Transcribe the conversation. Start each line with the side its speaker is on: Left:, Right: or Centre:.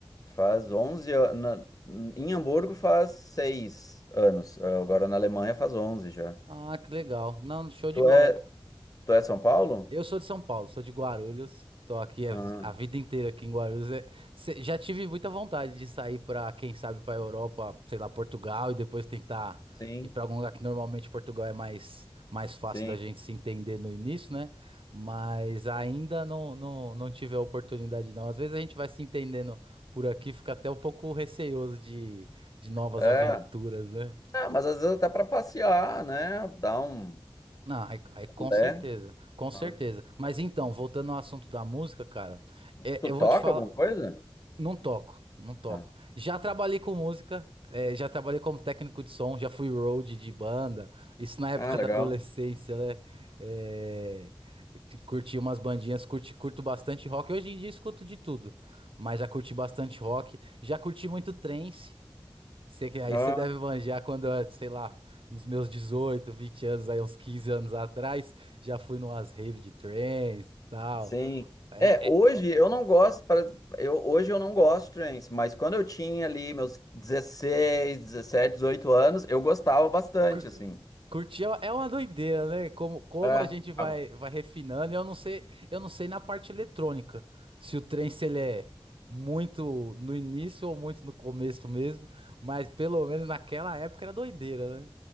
Left: Faz 11 anos. Em Hamburgo faz 6 anos. Ah, Agora na Alemanha faz 11 já.
Right: Ah, que legal. Não, show de
Left: Tu
Right: bola.
Left: Ah, é, tu é de São Paulo?
Right: Eu sou de São Paulo, sou de Guarulhos. Tô aqui a,
Left: Ah,
Right: a vida inteira aqui em Guarulhos. É, cê- já tive muita vontade de sair para, quem sabe, para Europa, sei lá, Portugal e depois tentar
Left: sim,
Right: ir para algum lugar que normalmente Portugal é mais mais fácil
Left: sim.
Right: da gente se entender no início, né? Mas ainda não, não, não tive a oportunidade, não. Às vezes a gente vai se entendendo por aqui, fica até um pouco receoso de, de novas
Left: É.
Right: aventuras, né?
Left: Ah, mas às vezes até pra passear, né? Dar um.
Right: Não, aí, aí com
Left: Né?
Right: certeza, com certeza.
Left: Ah.
Right: Mas então, voltando ao assunto da música, cara, é,
Left: Tu
Right: eu
Left: toca
Right: vou te falar,
Left: alguma coisa?
Right: não toco, não toco.
Left: Ah,
Right: Já trabalhei com música, é, já trabalhei como técnico de som, já fui road de banda, isso na época
Left: ah, legal.
Right: da adolescência, né? É, curti umas bandinhas, curti, curto bastante rock. Hoje em dia escuto de tudo, mas já curti bastante rock, já curti muito trance. Você que- aí
Left: Ah.
Right: você deve manjar quando, eu, sei lá, nos meus 18 20 anos, aí uns 15 anos atrás, já fui numas rave de trance e tal.
Left: Sim.
Right: É,
Left: É,
Right: é,
Left: hoje eu não gosto, para- eu, hoje eu não gosto de trance, mas quando eu tinha ali meus 16 17 18 anos, eu gostava bastante,
Right: cur-
Left: assim.
Right: curtir é uma é uma doideira, né? Como, como
Left: É.
Right: a gente vai,
Left: Agora-
Right: vai refinando, e eu não sei, eu não sei na parte eletrônica, se o trance ele é muito no início ou muito no começo mesmo, mas pelo menos naquela época era doideira, né?